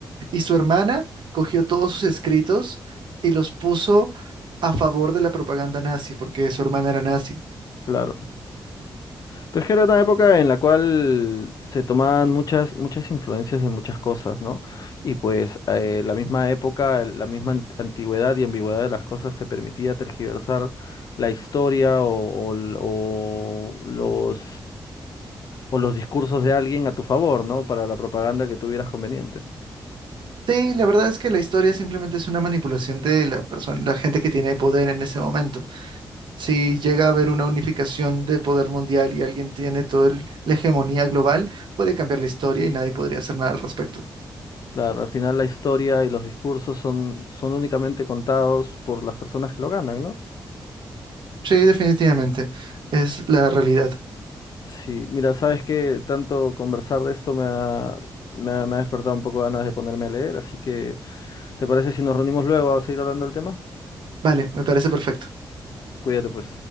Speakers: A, on the right (about 70°); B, on the left (about 50°).
A: Y su hermana cogió todos sus escritos y los puso a favor de la propaganda nazi, porque su hermana era nazi.
B: Claro. Pero es que era una época en la cual se tomaban muchas, muchas influencias de muchas cosas, ¿no? Y pues eh, la misma época, el- la misma ant- antigüedad y ambigüedad de las cosas te permitía tergiversar la historia o, o l- o los, o los discursos de alguien a tu favor, ¿no? Para la propaganda que tuvieras conveniente.
A: Sí, la verdad es que la historia simplemente es una manipulación de la persona, la gente que tiene poder en ese momento. Si llega a haber una unificación de poder mundial y alguien tiene toda la hegemonía global, puede cambiar la historia y nadie podría hacer nada al respecto.
B: Claro, al final la historia y los discursos son, son únicamente contados por las personas que lo ganan, ¿no?
A: Sí, definitivamente. Es la realidad.
B: Sí, mira, sabes que tanto conversar de esto me ha, me ha, me ha despertado un poco ganas de ponerme a leer, así que ¿te parece si nos reunimos luego a seguir hablando del tema?
A: Vale, me parece perfecto.
B: Cuídate pues.